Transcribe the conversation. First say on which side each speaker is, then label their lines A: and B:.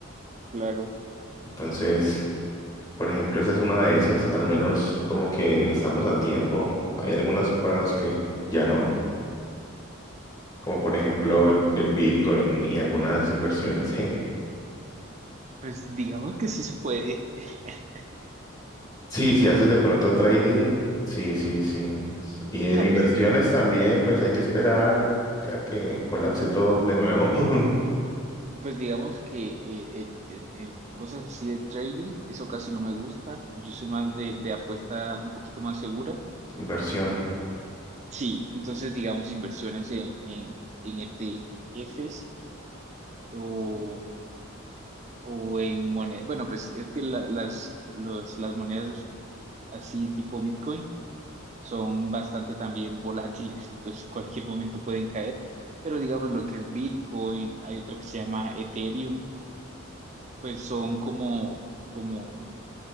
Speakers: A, on the right; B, on the left.
A: Claro,
B: Entonces, por ejemplo, esa es una de esas, al menos como que estamos a tiempo. Hay algunas para las que ya no, como por ejemplo
A: pues,
B: el, el Bitcoin y algunas inversiones. <laughs> jeje.
A: pues digamos que sí se puede. <laughs>
B: Sí, si haces de pronto trading, sí, sí, sí. S- Y en
A: No,
B: inversiones
A: pues, eh, di-
B: también, pues hay que esperar a que colapse todo de nuevo. <laughs>
A: pues digamos que eh, el- el- el- cosas así de trading, eso casi no me gusta. Yo soy más de, de apuesta un poquito más segura.
B: Inversión.
A: Sí, entonces digamos inversiones en, en, en ETFs o, o en monedas. Bueno, pues es que la- las, los, las monedas así tipo Bitcoin son bastante también volátiles, entonces cualquier momento pueden caer, pero digamos lo que es Bitcoin, hay otra que se llama Ethereum, pues son como, como